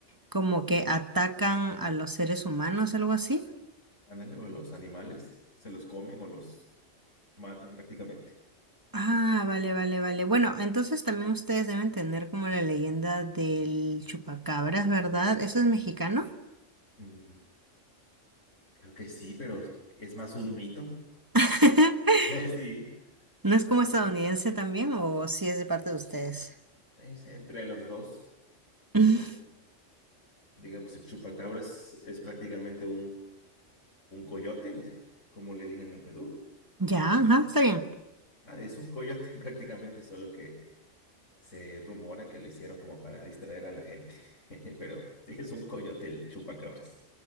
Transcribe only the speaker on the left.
Análogo a los animales, se los comen o los matan prácticamente.
Mm, creo que sí, pero es más un mito. <laughs>
Eh, sí,
por-
es entre los dos,
como es- digamos, el chupacabras es prácticamente un, un coyote, no sé cómo le digan en Perú,
así.
Ah, es un coyote <laughs> prácticamente, solo que Se rumora que lo hicieron como para distraer a la gente, <laughs> pero sí es un coyote el chupacabras.